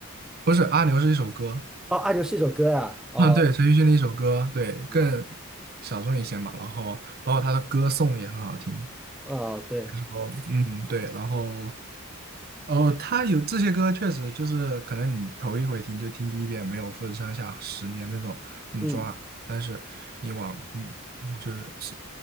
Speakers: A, on the right; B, in the centre.
A: 不是《阿牛》是一首歌，
B: 哦，阿牛是一首歌呀，哦，
A: 嗯，对，陈奕迅的一首歌，对，更
B: 哦，
A: 小众一些嘛，然后包括他的歌颂也很好听，比
B: 哦，对，
A: 如说嗯对，然后。哦，他有这些歌，确实就是可能你头一回听就听第一遍，没有富士山下十年那种那么抓，
B: 嗯
A: 但是你往嗯嗯就是是